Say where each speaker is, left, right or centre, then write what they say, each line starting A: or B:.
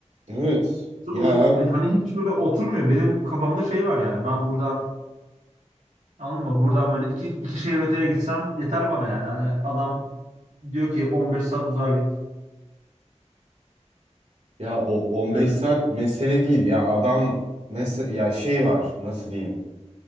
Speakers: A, on the right; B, on the right.
A: Evet. Ya
B: O-
A: abi
B: Hani hiç böyle oturmuyor. Benim kafamda şey var yani. Ben buradan Anladın mı? Buradan böyle iki, iki şehir öteye gitsem yeter bana yani. Hani adam diyor ki 15 saat uzağa git.
A: ya o 15
B: Yani
A: saat mesele değil ya adam mesela ya şey var nasıl diyeyim?